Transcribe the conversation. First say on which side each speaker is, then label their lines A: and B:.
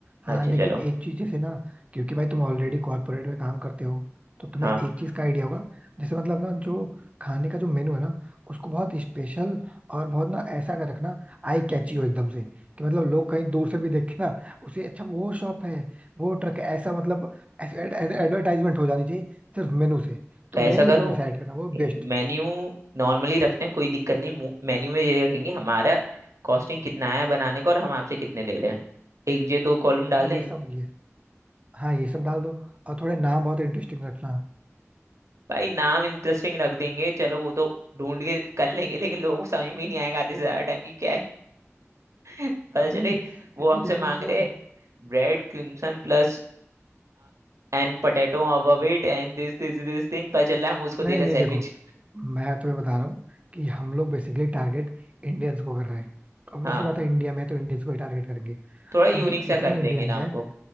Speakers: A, on the right; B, on the right.
A: हाँ
B: अच्छा
A: लेकिन
B: चलो
A: एक चीज जैसे ना क्योंकि भाई तुम ऑलरेडी कॉर्पोरेट में काम करते हो तो तुम्हें
B: हाँ
A: एक चीज का आइडिया होगा जैसे मतलब ना जो खाने का जो मेनू है ना उसको बहुत स्पेशल और बहुत ना ऐसा कर रखना आई कैची हो एकदम से कि मतलब लोग कहीं दूर से भी देखे ना उसे अच्छा वो शॉप है वो ट्रक है ऐसा मतलब एडवर्टाइजमेंट हो जानी चाहिए सिर्फ मेनू से
B: तो
A: तो मेनू
B: ऐसा करो
A: तुम डिसाइड करना वो बेस्ट
B: मेन्यू नॉर्मली रखते हैं कोई दिक्कत नहीं मेन्यू में ये रखेंगे हमारा कॉस्टिंग कितना है बनाने का और हम आपसे कितने ले रहे हैं एक ये दो कॉलम डाल
A: हाँ
B: दें
A: ये सब ये हाँ ये सब डाल दो और थोड़े नाम बहुत इंटरेस्टिंग रखना
B: भाई नाम इंटरेस्टिंग रख देंगे चलो वो तो ढूंढ के कर लेंगे लेकिन लोगों को समझ में ही नहीं आएगा आधे से ज्यादा टाइम की क्या पता चले
A: नहीं नहीं
B: वो
A: फिर भी
B: हमसे
A: जैसे
B: मांग
A: मतलब
B: रहे bread crimson plus and potato above it and this this this thing पता चला हम उसको
A: नहीं
B: दे रहे
A: नहीं
B: सैंडविच
A: देखो मैं तुम्हें बता रहा हूँ कि हम लोग बेसिकली टारगेट इंडियंस को कर रहे हैं ऑब्वियसली
B: हाँ
A: बात है इंडिया में तो इंडियंस को ही टारगेट करेंगे
B: थोड़ा यूनिक
A: अभी
B: सा
A: जितने
B: कर देंगे
A: इंडियंस
B: नाम
A: हैं
B: को